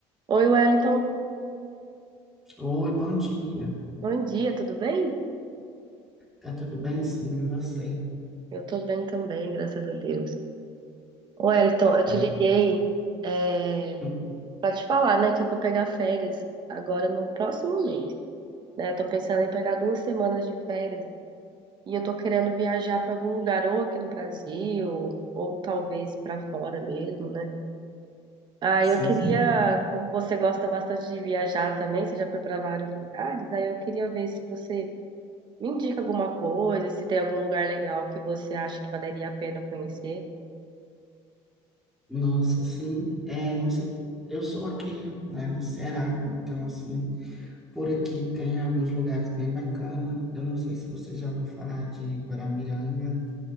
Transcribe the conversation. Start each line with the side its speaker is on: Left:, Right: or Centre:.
Right: Oi, Wellington.
Centre: Oi, bom dia.
Right: Bom dia, tudo bem?
Centre: Tá tudo bem, sim, e você?
Right: Eu tô bem também, graças a Deus. Ô, Wellington, eu
Centre: É.
Right: te liguei é,
Centre: <laughs>
Right: pra te falar, né, que eu vou pegar férias agora no próximo mês, né? Tô pensando em pegar duas semanas de férias e eu tô querendo viajar pra algum lugar, ou aqui no Brasil, ou talvez pra fora mesmo, né? Ah,
Centre: Sim,
Right: eu queria,
Centre: sim.
Right: como você gosta bastante de viajar também, você já foi pra vários lugares, aí eu queria ver se você Me indica alguma coisa, se tem algum lugar legal que você acha que valeria a pena conhecer.
Centre: Nossa, assim, é, não sei, eu sou aqui, né, no Ceará, então, assim, por aqui tem alguns lugares bem bacanas. Eu não sei se você já ouviu falar de Guaramiranga.